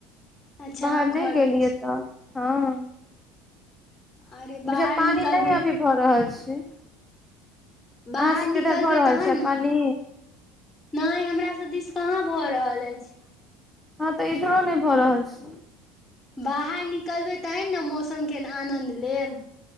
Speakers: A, on the left; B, in the centre.
A: अच्छा
B: बाहर
A: अहाँ घरमे
B: नहि गेलियै
A: छी
B: तऽ हँ
A: अरे बाहर
B: बझा पानि
A: निकलबै
B: नहि अभी भऽ रहल छै अहाँ
A: बाहर
B: सभके
A: निकलबै
B: इधर भ रहल
A: तहन
B: छै
A: ने
B: पानि
A: नहि हमरा सब दिस कहाँ भ रहल अछि
B: हँ तऽ इधरो नहि भ रहल छै
A: बाहर निकलबै तहन ने मौसमके आनन्द लेब